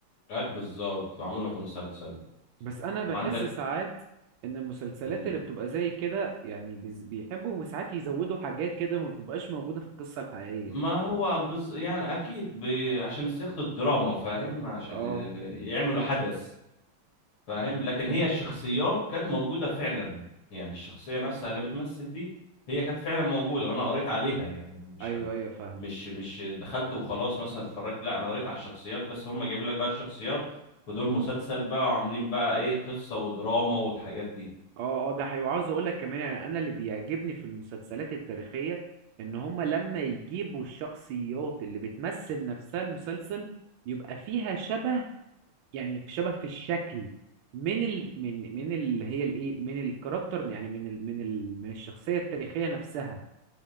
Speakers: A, on the left (about 70°); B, on the right (about 75°).
A: أي بالظبط معموله في مسلسل
B: بس انا
A: وعندك
B: بحس ساعات ان المسلسلات
A: مم.
B: اللي بتبقى زي كده يعني بيز- بيحبوا ساعات يزودوا حاجات كده ما بتبقاش موجودة في القصة الحقيقية
A: ما هو بز... يعني اكيد ب... عشان صياغه الدراما فاهم عشان
B: اه
A: يعملوا حدث فاهم لكن هي الشخصيات كانت موجوده فعلا يعني الشخصيه نفسها اللي بتمثل دي هي كانت فعلا موجوده وانا قريت عليها يعني مش
B: ايوه ايوه فاهمك
A: مش مش دخلت وخلاص مثلا اتفرجت لا انا قريت على الشخصيات بس هم جايبين لك بقى الشخصيات في دور مسلسل بقى وعاملين بقى ايه قصة ودراما والحاجات دي
B: اه اه ده حقيقي وعاوز اقول لك كمان يعني انا اللي بيعجبني في المسلسلات التاريخية ان هما لما يجيبوا الشخصيات اللي بتمثل نفسها المسلسل يبقى فيها شبه يعني في شبه في الشكل من ال من من اللي هي الايه من الكاركتر يعني من ال من ال من الشخصيه التاريخيه نفسها